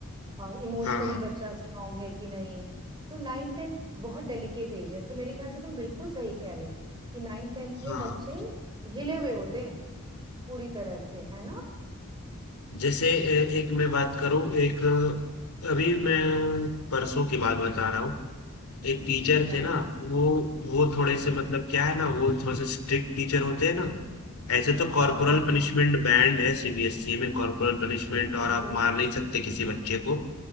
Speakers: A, on the right; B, on the left.
A: और इमोशनली
B: हाँ
A: बच्चा स्ट्रांग है कि नहीं तो नाइन टेंथ बहुत डेलिकेट एज है तो मेरे ख्याल से तुम बिल्कुल सही कह रहे हो कि नाइन टेंथ में
B: हाँ
A: बच्चे हिले हुए होते हैं पूरी तरह से है ना
B: जैसे ए- एक मैं बात करूं एक अभी मैं परसों की बात बता रहा हूँ एक टीचर
A: बताओ
B: थे
A: बताओ
B: ना वो वो थोड़े
A: हम्म।
B: से मतलब क्या है ना वो थोड़े से स्ट्रिक्ट टीचर होते हैं ना ऐसे तो कॉर्पोरल
A: हाँ हाँ हाँ
B: पनिशमेंट बैंड है सीबीएसई में कॉर्पोरल पनिशमेंट
A: बिल्कुल
B: और आप मार नहीं सकते किसी बच्चे को